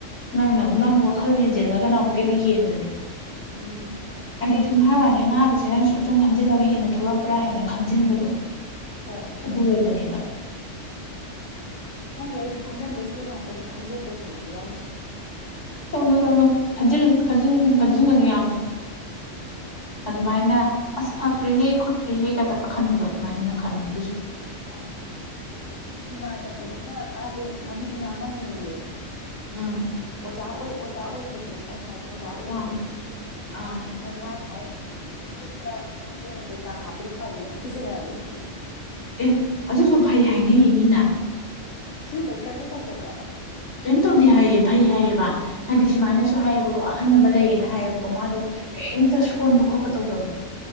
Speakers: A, on the left; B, on the left.
A: ꯅꯪꯅ ꯅꯪ ꯋꯥꯈꯜ ꯍꯦꯟꯖꯤꯜꯂꯒꯅ ꯑꯃꯨꯛꯀꯟꯅ ꯍꯦꯟꯕꯅꯤ
B: ꯎꯝ ꯑꯩꯈꯣꯏꯗꯤ
A: ꯍꯥꯏꯗꯤ ꯁꯨꯝ ꯍꯥꯏ ꯋꯥꯅꯤ ꯑꯅꯥꯕꯁꯤ ꯍ ꯅꯪ ꯁꯨꯝꯁꯨꯝ ꯈꯟꯖꯤꯜꯂꯒꯦ ꯍꯦꯟꯅ ꯊꯣꯛꯂꯛꯄ꯭ꯔꯥ ꯍꯦꯟꯅ ꯈꯟꯖꯤꯟꯕꯗꯣ
B: ꯍꯣꯏ
A: ꯑꯗꯨ ꯑꯣꯏꯕꯅꯦꯕ
B: ꯈꯪꯗꯦ ꯑꯩꯗꯤ ꯈꯟꯖꯟꯕꯩ ꯁꯔꯨꯛ ꯉꯥꯛꯇꯅꯦ ꯈꯟꯗꯣꯛꯄꯩ ꯁꯔꯨꯛꯁꯦ ꯌꯥꯎꯗꯦ
A: ꯇꯧꯅꯣ ꯇꯧꯅꯣ ꯈꯟ ꯈꯟ ꯈꯟꯖꯤꯟꯒꯅꯨ ꯌꯥꯝꯅ <unintelligible> ꯑꯗꯨꯃꯥꯏꯅ ꯑꯁ ꯐꯈ꯭ꯔꯦꯍꯦ ꯈꯣꯠꯈ꯭ꯔꯦꯍꯦ ꯀ ꯇꯧꯔ ꯈꯟꯕꯗꯣ ꯑꯗꯨꯃꯥꯏꯅ ꯑꯣꯏꯅ ꯈꯜꯂꯣ ꯑꯗꯨꯁꯨ
B: ꯪꯉ ꯏꯃꯥꯟꯅꯕꯤ ꯑꯃꯅ ꯃꯥꯁꯦ ꯃꯃꯤꯠ ꯉꯥꯡꯉꯝꯃꯦꯌꯦ
A: ꯎꯝ
B: ꯑꯣꯖꯥ ꯑꯣꯏ ꯑꯣꯖꯥ ꯑꯣꯏꯕꯗꯨ ꯍꯥꯏꯕ ꯑꯣꯖꯥ ꯑꯣꯏꯕꯤꯗꯣ
A: ꯑꯥ ꯑꯥ
B: ꯑꯗꯨ ꯃꯥꯅ ꯍꯥꯏꯅꯦ ꯃꯤꯠꯇ ꯌꯨꯝ ꯀꯩꯀꯥ ꯍꯥꯞꯄꯗꯨꯣ ꯐꯕꯅꯦ ꯑꯅ ꯤꯖꯩ ꯍꯥꯏꯕꯗꯨꯗꯤ
A: ꯑꯦ ꯑꯗꯨꯁꯨ ꯐꯩ ꯍꯥꯏꯅꯩꯌꯦ ꯃꯤꯅ
B: ꯑꯁꯦꯡꯕꯩ ꯀꯟꯗ ꯇꯧꯗꯕ꯭ꯔꯥꯕ
A: ꯀꯩꯝ ꯇꯧꯗꯦ ꯍꯥꯏꯌꯦ ꯐꯩ ꯍꯥꯏꯌꯦꯕ ꯍꯥꯏꯗꯤ ꯁꯨꯃꯥꯏꯅꯁꯨ ꯍꯥꯏꯌꯦꯕꯀꯣ ꯑꯍꯟ ꯑꯃ ꯂꯩꯌꯦꯅ ꯍꯥꯏꯌꯦꯕꯀꯣ ꯃꯥꯗꯣ ꯀꯔꯤꯝꯇ ꯁꯣꯟꯕ ꯈꯣꯠꯄ ꯇꯧꯗꯕꯗꯣ